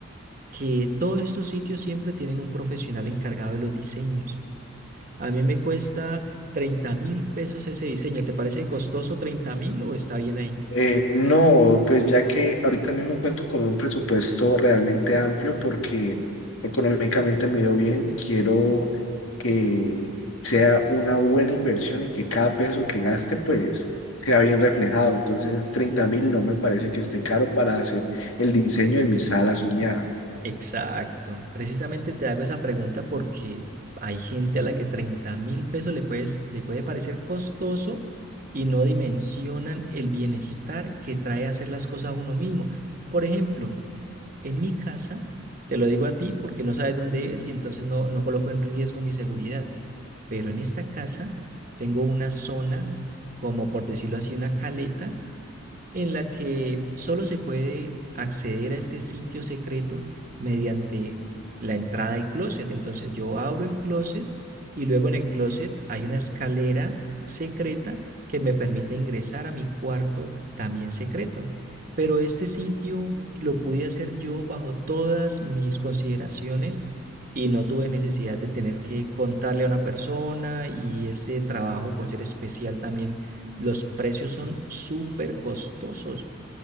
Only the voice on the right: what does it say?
que todos estos sitios siempre tienen un profesional encargado de los diseños. A mí me cuesta treinta mil pesos ese diseño. ¿Te parece costoso Treinta mil o está bien ahí?
Exacto. Precisamente te hago esa pregunta porque hay gente a la que treinta mil pesos le puedes- le puede parecer costoso y no dimensionan el bienestar que trae hacer las cosas a uno mismo. Por ejemplo, en mi casa, te lo digo a ti porque no sabes dónde es y entonces no, no coloco en riesgo mi seguridad, pero en esta casa tengo una zona, como por decirlo así, una caleta en la que solo se puede acceder a este sitio secreto mediante la entrada del closet. Entonces yo abro el closet y luego en el closet hay una escalera secreta que me permite ingresar a mi cuarto también secreto. Pero este sitio lo pude hacer yo bajo todas mis consideraciones y no tuve necesidad de tener que contarle a una persona y ese trabajo por ser especial también los precios son súper costosos,